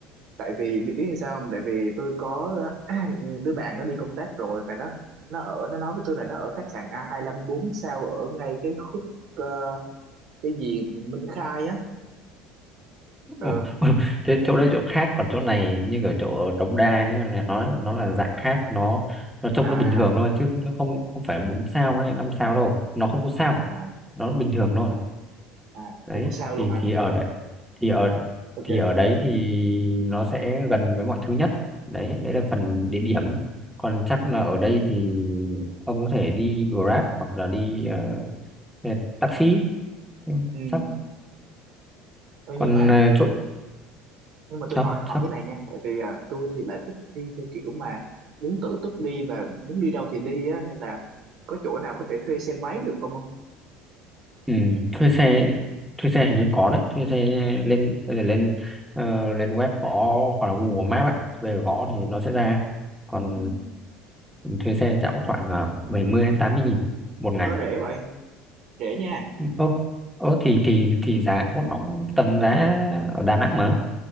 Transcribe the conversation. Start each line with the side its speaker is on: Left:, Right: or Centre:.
Right: tại vì biết biết sao không tại vì tôi có <clears throat> đứa bạn nó đi công tác rồi và nó nó ở nó nói với tôi là nó ở khách sạn A25 hai lăm bốn sao ở ngay cái khúc ờ, cái gì Minh Khai á
Centre: Ừ.
Right: ừ
Centre: <laughs> thế chỗ đây chỗ khác còn chỗ này như ở chỗ ở Đống Đa nhá là nó nó là dạng khác nó nó trông
Right: à
Centre: nó bình thường thôi chứ nó không không phải bốn sao hay năm sao đâu nó không có sao
Right: à à
Centre: nó bình thường thôi
Right: à
Centre: đấy
Right: không có sao luôn
Centre: thì
Right: hả
Centre: thì ở đấy thì ở
Right: ok
Centre: thì ở đấy thì nó sẽ gần với mọi thứ nhất đấy đấy là
Right: ừ.
Centre: phần
Right: Ừ.
Centre: địa điểm còn chắc là ở đây thì ông có thể đi Grab hoặc là đi ờ, ờ, taxi Ừ,
Right: ừ
Centre: chắc
Right: Thôi
Centre: còn
Right: nhưng mà
Centre: ờ, chỗ
Right: nhưng mà tôi
Centre: chắc
Right: hỏi hỏi
Centre: chắc
Right: cái này nha tại vì à, tôi thì lại thích đi theo kiểu mà muốn tự túc đi và muốn đi đâu thì đi á nên là có chỗ nào có thể thuê xe máy được không không
Centre: ừ, thuê xe thuê xe hình như có đấy thuê xe lên bây giờ lên ờ, lên web gõ hoặc là Google Maps ấy về gõ thì nó sẽ ra còn
Right: ừ.
Centre: ừ, thuê xe chắc cũng khoảng uh, 70 đến 80 nghìn một ngày
Right: ờ rẻ vậy rẻ nha
Centre: ô ô thì thì thì giá có nó cũng tầm giá ở Đà Nẵng mà